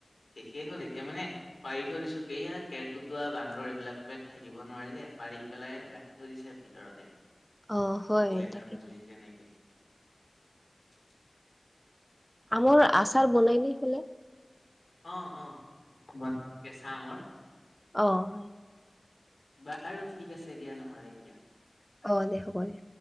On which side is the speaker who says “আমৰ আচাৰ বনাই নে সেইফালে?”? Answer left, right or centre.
Centre